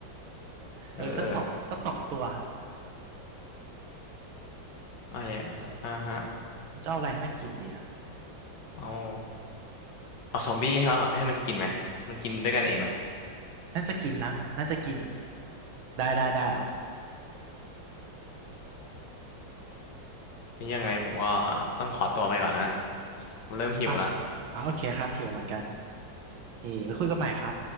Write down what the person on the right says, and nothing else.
เออสักสองสักสองตัว
เราจะ
เราจะเอาอะไรให้มันกินดีอะ
น่าจะกินนะน่าจะกิน ได้ได้ได้เอา
อ่ะอ่ะโอเคครับหิวเหมือนกันโอเคไว้คุยกันใหม่ครับ